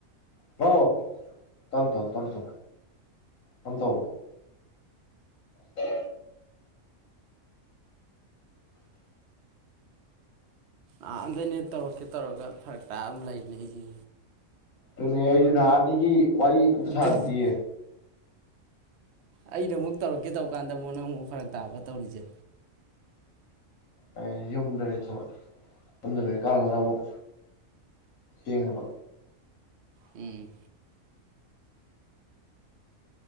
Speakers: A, on the left; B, on the right.
A: ꯍꯣ ꯇꯝ ꯇꯧ ꯇꯝ ꯇꯧ ꯇꯝ ꯇ ꯑꯦ
B: ꯑꯥ ꯑꯗꯩꯅꯦ ꯇꯧꯔꯛꯀꯦ ꯇꯧꯔꯒ ꯐꯔꯛ ꯇꯥ ꯑꯗꯨ ꯂꯩꯔꯤꯅꯦ ꯑꯩꯁꯦ
A: ꯇꯅ ꯑꯩꯁꯨ ꯊꯅꯤ ꯋꯥꯔꯤ ꯑꯝꯇ
B: ꯑꯗꯨꯅꯤ
A: ꯁꯥꯗꯤꯌꯦ
B: ꯑꯩꯅ ꯑꯃꯨꯛ ꯇꯧꯔꯛꯀꯦ ꯇꯧꯀꯥꯟꯗ ꯑꯃꯨꯛ ꯅꯪ ꯑꯃꯨꯛ ꯐꯔꯛ ꯇꯥꯕ ꯇꯧꯔꯤꯁꯦ
A: ꯑꯩ ꯌꯨꯝꯗ ꯂꯩ ꯊꯕ ꯌꯨꯝꯗ ꯂꯩ ꯀꯥꯟꯗꯔ ꯑꯃꯨꯛ ꯌꯦꯡꯅꯕ
B: ꯎꯝ